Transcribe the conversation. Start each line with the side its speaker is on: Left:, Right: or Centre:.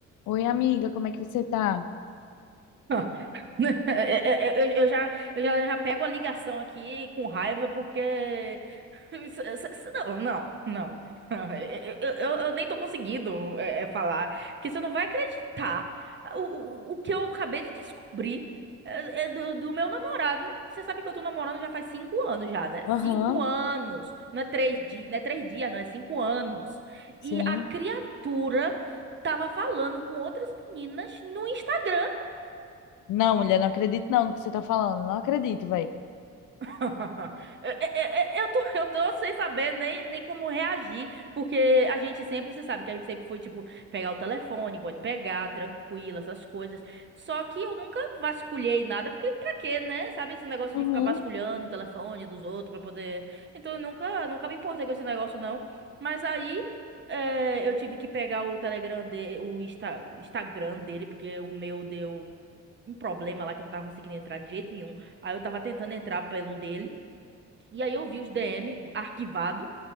Left: Oi, amiga, como é que você tá?
Right: <laughs> É, é, é, Eu, eu já, eu já, eu já pego a ligação aqui com raiva porque. <laughs> isso- isso- isso- Não, não, não. <laughs> Eu, eu- eu- eu nem tô conseguindo é, é, falar, porque você não vai acreditar o, o, o que eu acabei de descobrir é, é do, do meu namorado. Você sabe que eu tô namorando já faz cinco anos já, né?
Left: Aham,
Right: Cinco anos. Não é três dias, não é três dias, não, é cinco anos.
Left: sim.
Right: E a criatura tava falando com outras meninas no Instagram.
Left: Não, mulher, não acredito não no que você tá falando. Não acredito, velho.
Right: <laughs> É- é- é- Eu tô, eu tô sem saber nem, nem como reagir, porque a gente sempre, você sabe que a gente sempre foi, tipo, pegar o telefone, pode pegar, tranquilo, essas coisas. Só que eu nunca vasculhei nada, porque pra quê, né? Sabe esse negócio
Left: Uhum.
Right: de ficar vasculhando o telefone dos outros pra poder. Então eu nunca, nunca me importei com esse negócio, não. Mas aí. é, eu tive que pegar o Telegram dele, o, Insta- o Instagram dele, porque o meu deu um problema lá que eu não tava conseguindo entrar de jeito nenhum. Aí eu tava tentando entrar pelo dele. E aí eu vi os DM arquivado,